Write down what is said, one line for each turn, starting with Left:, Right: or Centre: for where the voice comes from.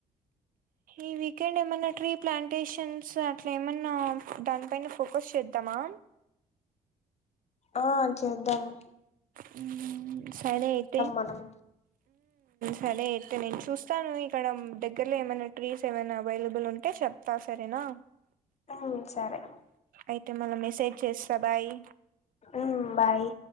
Right: ఈ వీకెండ్ ఏమన్నా ట్రీ ప్లాంటేషన్స్ అట్లా ఏమన్నా దానిపైన ఫోకస్ చేద్దామా
Left: ఆ చేద్దాము
Right: హ్మ్ సరే అయితే
Left: మనం
Right: సరే అయితే నేను చూస్తాను ఇక్కడ దగ్గరలో ఏమైనా ట్రీస్ ఏమైనా అవైలబుల్ ఉంటే చెప్తా సరేనా
Left: ఉమ్ సరే
Right: అయితే మళ మెసేజ్ చేస్తా బాయి
Left: ఉమ్ బాయ్